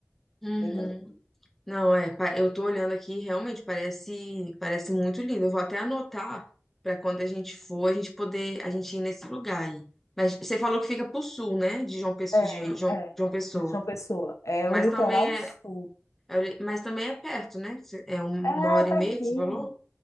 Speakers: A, in the centre; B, on the left.
A: Uhum.
B: Linda, linda.
A: Não, é, pa- eu tô olhando aqui, e realmente parece, parece muito lindo. Eu vou até anotar pra quando a gente for, a gente poder, a gente ir nesse lugar aí. Mas você falou que fica pro sul, né? De João Pessoa,
B: É,
A: de João,
B: é.
A: João Pessoa.
B: De João Pessoa. É
A: Mas
B: o litoral
A: também é,
B: sul.
A: é- mas também é perto, né? Cê- É um-
B: É
A: uma hora
B: pertinho.
A: e meia que você falou?